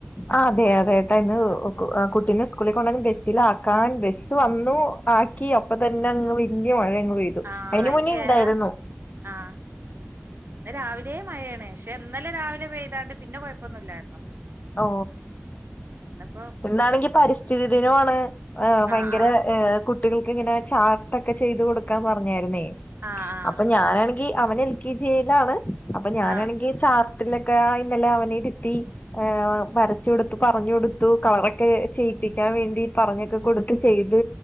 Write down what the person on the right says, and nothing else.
ആഹ്
ആഹ്
അയില്
കേറാ ആഹ്. ഇന്ന് രാവിലേ മഴയാണ് പക്ഷെ ഇന്നലെ രാവിലെ പെയ്താണ്ട് പിന്നെ കൊഴപ്പൊന്നില്ലായിരുന്നു.
എന്തപ്പോ
ആഹ് ആഹ്
ആഹ്
ആഹ്